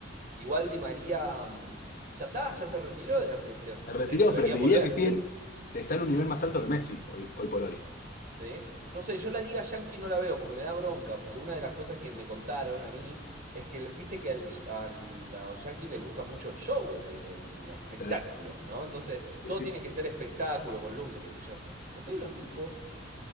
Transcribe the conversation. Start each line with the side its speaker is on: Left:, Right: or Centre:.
Right: igual Di María mm, ya está, ya se retiró de la selección.
Left: Se retiró,
Right: De- Debería
Left: pero te
Right: volver.
Left: diría que siguen, está en un nivel más alto que Messi hoy, hoy por hoy.
Right: ¿Sí? No sé, yo la Liga Yankee no la veo porque me da bronca, porque una de las cosas que me contaron a mí es que, viste que al, al- a los Yankees les gusta mucho el show, el, el espectáculo,
Left: Claro.
Right: ¿no? Entonces, todo
Left: Sí,
Right: tiene
Left: sí.
Right: que ser espectáculo, con luces, qué sé yo. Entonces, los tipos